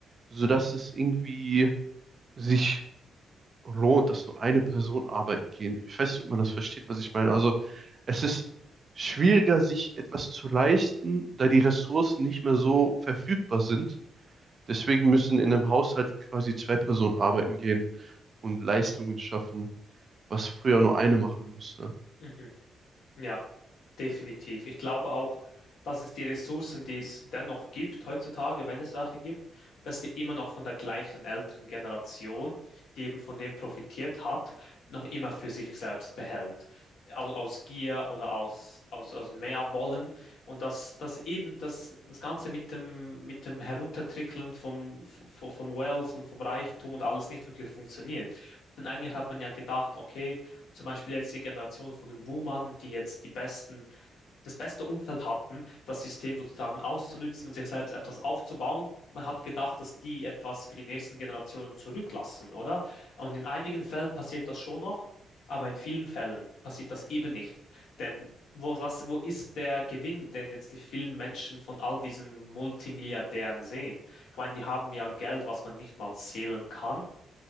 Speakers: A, on the right; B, on the left.
A: sodass es irgendwie sich lohnt, dass nur eine Person arbeiten gehen. Ich weiß nicht, ob man das versteht, was ich meine. Also es ist schwieriger, sich etwas zu leisten, da die Ressourcen nicht mehr so verfügbar sind. Deswegen müssen in einem Haushalt quasi zwei Personen arbeiten gehen und Leistungen schaffen, was früher nur eine machen musste.
B: mhm, ja. Definitiv. Ich glaube auch, dass es die Ressourcen, die es dennoch gibt heutzutage, wenn es welche gibt, dass die immer noch von der gleichen älteren Generation, die eben von dem profitiert hat, noch immer für sich selbst behält. Aus, aus Gier oder aus, aus, aus mehr Wollen. Und dass, dass eben das, das Ganze mit dem, mit dem Heruntertrickeln vom, vom, vom Wealth und vom Reichtum und alles nicht wirklich funktioniert. Denn eigentlich hat man ja gedacht, okay, zum Beispiel jetzt die Generation von den Boomern, die jetzt die besten das beste Umfeld hatten, das System sozusagen auszunutzen, sich selbst etwas aufzubauen. Man hat gedacht, dass die etwas für die nächsten Generationen zurücklassen, oder? Und in einigen Fällen passiert das schon noch, aber in vielen Fällen passiert das eben nicht. Denn wo, was, wo ist der Gewinn, den jetzt die vielen Menschen von all diesen Multimilliardären sehen? Ich meine, die haben ja Geld, was man nicht mal zählen kann.